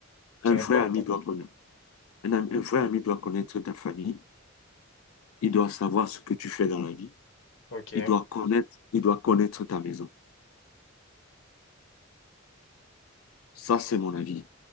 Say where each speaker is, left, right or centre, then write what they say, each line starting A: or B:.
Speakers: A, on the left; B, on the left.
A: c'est
B: Un vrai
A: important.
B: ami doit connaître. Un, un vrai ami doit connaître ta famille. Il doit savoir ce que tu fais dans la vie.
A: Ok.
B: Il doit connaître, il doit connaître ta maison. Ça, c'est mon avis.